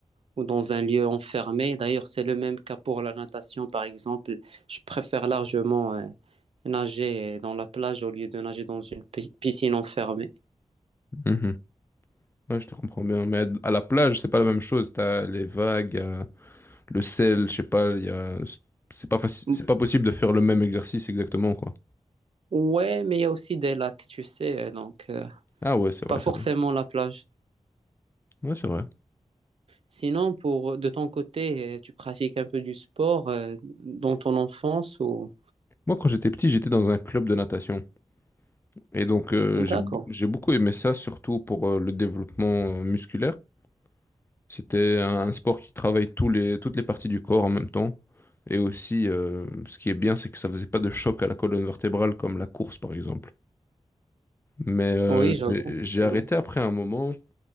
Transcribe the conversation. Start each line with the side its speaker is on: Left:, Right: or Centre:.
Right: ou dans un lieu enfermé. D'ailleurs, c'est le même cas pour la natation, par exemple. Je préfère largement euh, nager dans la plage au lieu de nager dans une pi- piscine enfermée.
Left: Mhm. Ouais, je te comprends bien. Mais à la plage, c'est pas la même chose. T'as les vagues, euh, le sel, je sais pas, il y a... c'est pas faci-
Right: M-
Left: c'est pas possible de faire le même exercice exactement, quoi.
Right: Ouais, mais il y a aussi des lacs, tu sais, euh, donc euh,
Left: Ah ouais, c'est
Right: pas
Left: vrai,
Right: forcément
Left: c'est vrai.
Right: la plage.
Left: Ouais, c'est vrai.
Right: Sinon, pour de ton côté, euh, tu pratiques un peu du sport euh, dans ton enfance ou...
Left: Moi, quand j'étais petit, j'étais dans un club de natation. Et donc, euh,
Right: D'accord.
Left: j'ai j'ai beaucoup aimé ça, surtout pour euh, le développement euh, musculaire. C'était un sport qui travaille tous les, toutes les parties du corps en même temps. Et aussi, euh, ce qui est bien, c'est que ça faisait pas de choc à la colonne vertébrale comme la course, par exemple. Mais euh,
Right: Oui, j'avoue.
Left: j'ai j'ai arrêté
Right: Euh,
Left: après un moment